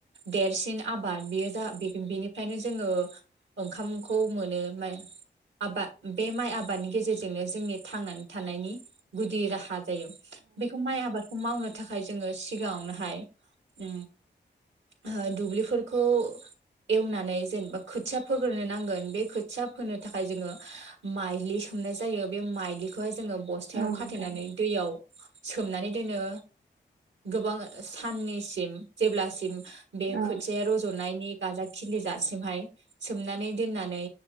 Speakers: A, on the right (about 80°); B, on the right (about 60°).
A: देरसिन आबाद बेयो जा बेनिफ्रायनो जोङो ओंखामखौ मोनो मा आबाद बे माइ आबादनि गेजेरजोंनो जोंनि थांनानै थानायनि गुदि राहा। जायो बेखौ माइ आबादखौ मावनो। थाखाय जोङो सिगाङावनोहाय जों ओ-दुब्लिफोरखौ। एवनानै जेनेबा खोथिया फोग्रोनो नांगोन बे खोथिया फोनो थाखाय जोङो माइलि स सुमनाय जायो बे माइलिखौहाय जोङो बस्थायाव
B: औ
A: खाथेयनानै
B: नोंथां
A: दैयाव। सोमनानै दोनो गोबां ओ-साननिसिम जेब्लासिम बे
B: औ
A: खोथ रजनायनि गाजा खिलि जासिमहाय सोमनानै दोननानै